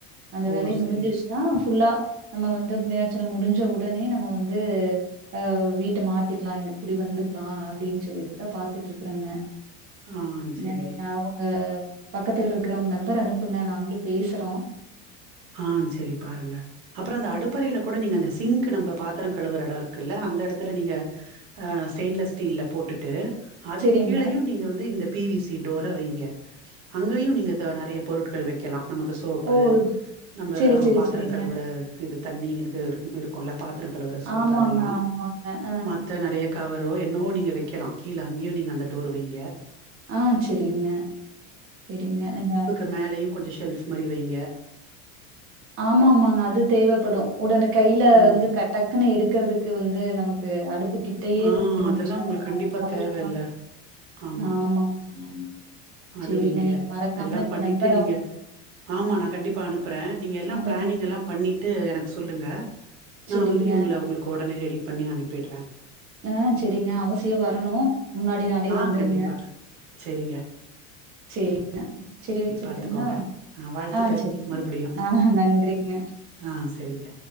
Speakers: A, on the right; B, on the right.
A: அந்த
B: ஓ
A: வேலய
B: சரி
A: முடிஞ்சிருச் னா ஃபுல்லா நம்ம வந்து புண்ணியாச்சனம் முடிஞ்ச உடனே நம்ம வந்து ஆ வீட்ட மாத்திக்லா இங்க குடி வந்துக்லா அப்டின் சொல்லிட்டுதா பாத்துட்ருக்றங்க
B: ஆ
A: <unintelligible>
B: சரி
A: நா அவுங்க பக்கத்ல இருக்றோங் நம்பர் அனுப்புங்க நாங்ளு பேசுறோ
B: ஆ செரி பாருங்க அப்றோ அந்த அடுப்பறைல கூட நீங்க அந்த சிங்க்கு நம்ப பாத்தரோ கழுவுற எடோ இருக்குல்ல அந்த எடத்துல நீங்க ஆ ஸ்டெயின்லெஸ் ஸ்டீல போட்டுட்டு அதுக்கு
A: செரிங்க
B: கீழயு நீங்க வந்து இந்த பி வி சி டோர வெய்ங்க அங்கயு நீங்க த நறைய பொருட்கள் வெக்கலா நமக்கு சோப்பு
A: ஓ
B: நம்ப
A: செரி
B: ஆ
A: செரி
B: பாத்தரோ
A: செரிங்க
B: கழுவுற இது தண்ணி இது இது இருக்குல பாத்தரோ கழுவுற சோப்பு
A: ஆமாங்க,
B: அதெல்லா
A: ஆமாங்க. அ,
B: ம த்த நறைய கவரோ என்னவோ நீங்க வெக்கலா கீழ அங்கியு நீங்க அந்த டோர் வெய்ங்க
A: ஆ செரிங்க செரிங்க நீங்க
B: அது மேலயு கொஞ்சொ ஷெல்ஃப் மாரி வெய்ங்க
A: ஆமாமாங்க அது தேவப்படு உடன கைல
B: ம்
A: வந்து க டக்குனு எடுக்கறதுக்கு வந்து நமக்கு அடுப்பு கி ட்டயே
B: ஆ
A: இருந்துச்சுனா
B: அதெல்லா உங்களுக்கு
A: தா
B: கண்டிப்பா
A: சவுரியமாருக்கு
B: தேவ இல்ல ஆமா
A: ஆமாங்க ஆமாங்க
B: அது
A: சரிங்க.
B: வெய்ங்க
A: நீங்க மறக்காம
B: எல்லா
A: இப்ப
B: பண்ணிட்டு
A: நம்பர்
B: நீங்க
A: அவு
B: ஆமா நா கண்டிப்பா அனுப்புறே நீங்க எல்லா
A: அனுப்புங்க.
B: பிளானிங் எல்லா பண்ணிட்டு எனக் சொல்லுங்க நா
A: சரிங்க.
B: வந்து இவுங்கள உங்களுக்கு ஒடனே ரெடி பண்ணி அனுப்பிட்றே
A: ஆ செரிங்க அவசியோ வரனு முன்னாடி நாளே
B: ஆ
A: வந்துருங்க
B: கண்டிப்பா செரிங்க
A: செரிங்க செரி வச்சிர்ட்டுங்ளா
B: பாத்துக்கோங்க வாழ்த்துக்கள்
A: ஆ செரிங்க
B: மறுபடியு
A: ஆ நன்றிங்க
B: ஆ செரிங்க